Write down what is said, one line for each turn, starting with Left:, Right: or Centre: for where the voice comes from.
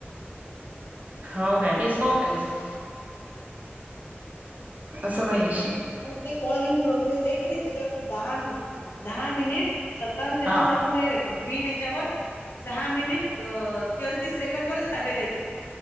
Right: हो कायं संहोच कायं चं असं कांहीं अशील
Left: ते कॉल इनं प्रोग्रेस आहे कि नाहीं त्यांच्यावर दहा मि दहा मिनिट सत्तावन्न सेकंद
Right: हा
Left: दाखवूंन राहिले ग्रीन यांच्यावर सहां मिनिटं तेहतीसं सेकंड वरचं थांबेल आहे ते